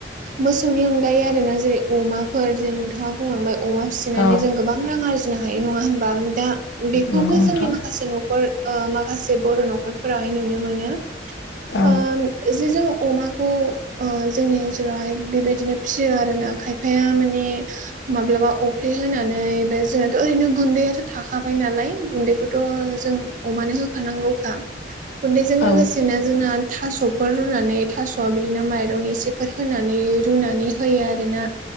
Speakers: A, on the right; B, on the left.
A: मोसौनि अनगायै आरो ना जेरै अमाफोर जे नोंथां नोंथाङा बुंलांबाय अमा फिसिनानै
B: औ
A: जों गोबां रां आरजिनो हायो नङा होनबा दा बेखौबो
B: नंगौ नोंथां
A: जोंनि माखासे न'खर ओ माखासे बर' न'खरफोराहाय नुनो मोनो
B: औ
A: ओ जे जों अमाखौ ओ जोंनि ओन सोलावहाय बेबायदिनो फियो आरोना खायफाया माने माब्लाबा अफ्रि होनानै बे जोंहाथ' ओरैनो गुन्दैयाथ' थाखाबाय नालाय गुन्दै बेखौथ' जों अमानो होखानांगौखा
B: <inaudible>
A: गुन्दैजों लोगोसेनो
B: औ
A: जोंना थास'फोर रुनानै थास'आ बिदिनो माइरं एसे फोर होनानै रुनानै होयो आरोना